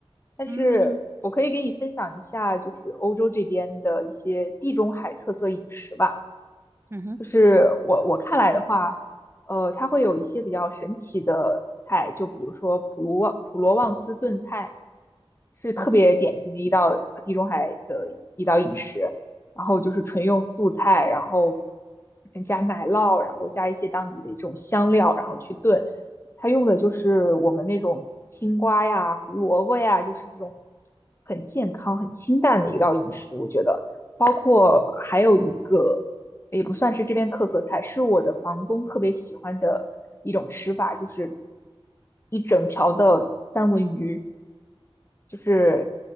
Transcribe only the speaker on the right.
嗯
嗯哼
嗯哼
嗯，